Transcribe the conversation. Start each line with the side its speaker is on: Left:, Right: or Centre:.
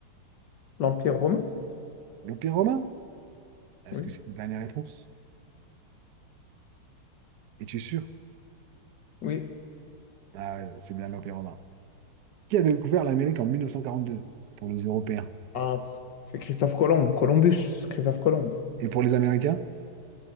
Left: l'Empire romain.
Right: L'Empire romain? Est-ce
Left: Oui.
Right: que c'est ta dernière réponse? Es-tu sûr?
Left: Oui.
Right: Ah, c'est bien l'Empire romain. Qui a découvert l'Amérique en 1942 pour les Européens?
Left: Ah, c'est Christophe Colomb, Columbus, Christophe Colomb.
Right: Et pour les Américains?